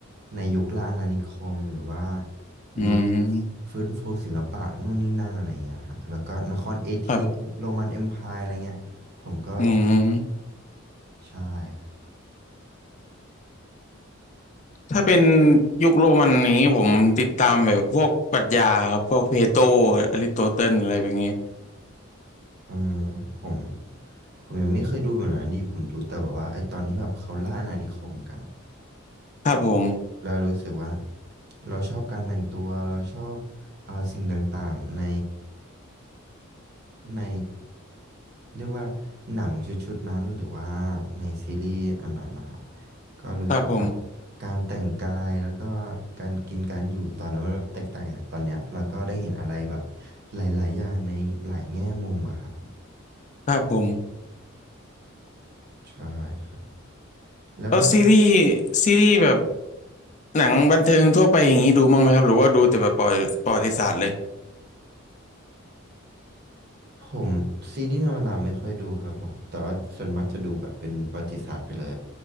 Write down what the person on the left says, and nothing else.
อืม
ครับอืม
ถ้าเป็นยุคโรมันอย่างนี้ผมติดตามแบบพวกปรัชญาครับพวกเพโตรอริสโตเติลอะไรแบบนี้
ครับผม
ครับผม
ครับผม
แล้วซีรีส์ซีรีส์แบบหนังบันเทิงทั่วไปอย่างนี้ดูบ้างไหมครับหรือว่าดูแต่แบบประวัติประวัติศาสตร์เลย